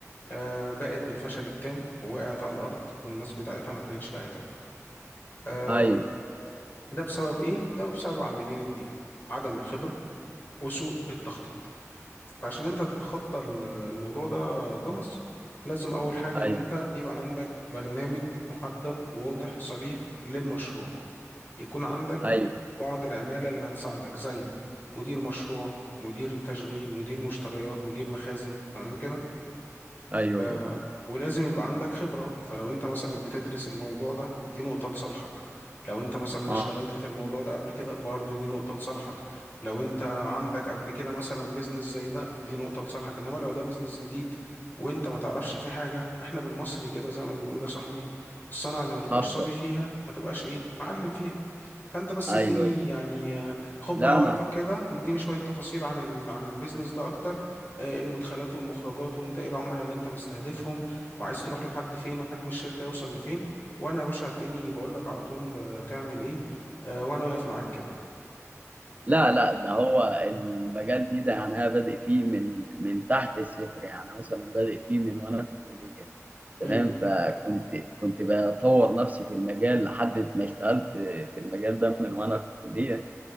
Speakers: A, on the left; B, on the right.
A: آه، بقت بالفشل التام ووقعت على الارض والناس بتاعتها ما كانتش لاقيه تاكل آه،
B: أيوه
A: ده بسبب ايه ده بسبب عاملين اتنين عدم الخبره وسوء التخطيط فعشان انت تتخطى ال- الموضوع ده يا توماس لازم اول حاجة
B: أيوه
A: ان انت يبقى عندك برنامج محدد واضح صريح للمشروع يكون عندك
B: أيوه
A: بعض العمالة اللي هتساعدك زي مدير مشروع مدير تشغيل مدير مشتريات مدير مخازن تمام كده
B: أيوه
A: آه
B: أيوه فهمت
A: ولازم يبقى عندك خبرة فلو انت مثلا بتدرس الموضوع ده دي نقطة لصالحك لو انت مثلا
B: أه
A: اشتغلت في الموضوع ده قبل كده برضو دي نقطة لصالحك لو انت عندك قبل كده مثلا بيزنس زي ده دي نقطة لصالحك انما لو ده بيزنس جديد وانت ما تعرفش فيه حاجة احنا بالمصري كده زي ما بنقول يا صاحبي الصنعة اللي ما تبقاش
B: هخسر
A: صبي فيها ما تبقاش ايه معلم فيها فانت بس
B: أيوه
A: اديني
B: أيوه
A: يعني آه، خد
B: لا
A: بقى وقتك
B: أنا
A: كده واديني شوية تفاصيل عن ال... عن البيزنس ده اكتر آه، المدخلات والمخرجات وانت ايه العملاء اللي انت مستهدفهم وعايز تروح لحد فين وحجم الشركة يوصل لفين وانا يا باشا هتلاقيني بقول لك على طول آه، تعمل ايه آه، وانا واقف معاك كده
B: لا لا ده هو المجال دي ده يعني أنا بادئ فيه من من تحت الصفر يعني مثلا بادئ فيه من وأنا في الكلية تمام
A: مم،
B: فكنت كنت بطور نفسي في المجال لحد ما اشتغلت في المجال ده من وانا في الكلية